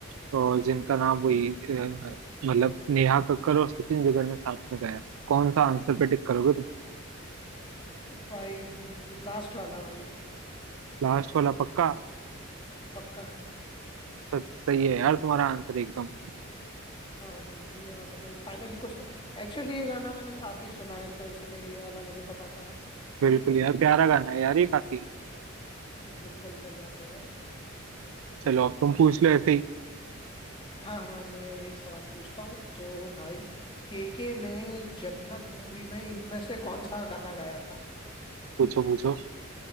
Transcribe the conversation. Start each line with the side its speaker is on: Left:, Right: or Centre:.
Right: तो जिनका नाम वही अ, मतलब नेहा कक्कर और सचिन जिगर ने साथ में गाया है कौन सा आंसर पे टिक करोगे तुम
Left: भाई लास्ट वाला भाई
Right: लास्ट वाला पक्का
Left: पक्का
Right: तो सही है यार तुम्हारा आंसर एकदम
Left: हाँ भाई धन्यवाद भाई फाइनली कुछ तो एक्चुअली ये गाना मैंने काफी सुना है तो इसलिए ये वाला मुझे पता था
Right: <laughs> बिल्कुल यार प्यारा गाना है यार ये काफी
Left: बिल्कुल सही बात है यार
Right: चलो अब तुम पूछ लो ऐसे ही
Left: हाँ हाँ मैं एक सवाल पूछता हूँ तो भाई केके ने जन्नत मूवी में इनमें से कौन सा गाना गाया था
Right: पूछो पूछो